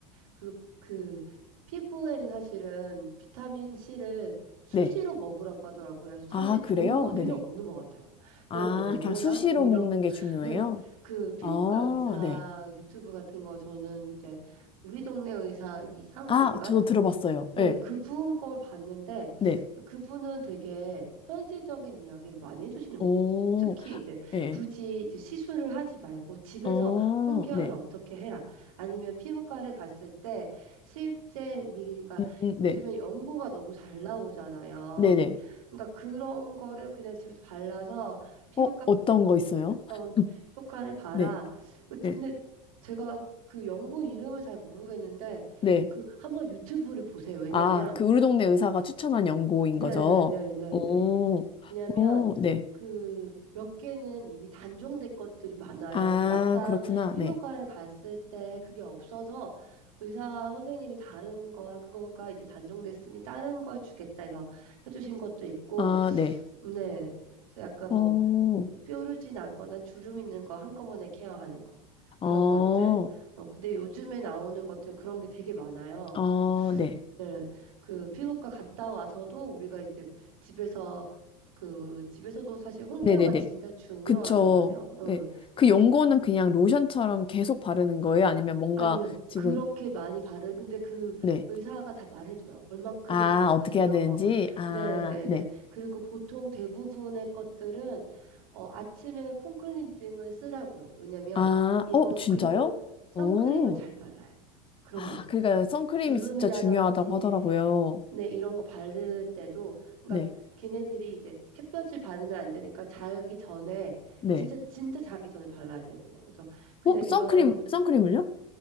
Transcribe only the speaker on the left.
네.
아,
그래요?
네네.
아,
그냥 수시로
먹는 게 중요해요?
아,
네.
아, 저도
들어봤어요.
네.
네.
오,
네.
어,
네.
음, 음, 네.
네네.
어, 어떤 거 있어요?
<laughs>
네.
네.
네.
아, 그 우리 동네 의사가 추천한 연고인
거죠? 오,
오, 네.
아,
그렇구나.
네.
아, 네.
오,
어,
어,
네.
네네네.
그쵸.
네. 그 연고는 그냥 로션처럼 계속 바르는 거예요? 아니면 뭔가
지금,
네.
아,
어떻게 해야 되는지?
아,
네.
아,
어, 진짜요?
오.
아,
그러니까 선크림이
진짜 중요하다고 하더라고요.
네.
네.
어, 선크림,
선크림을요?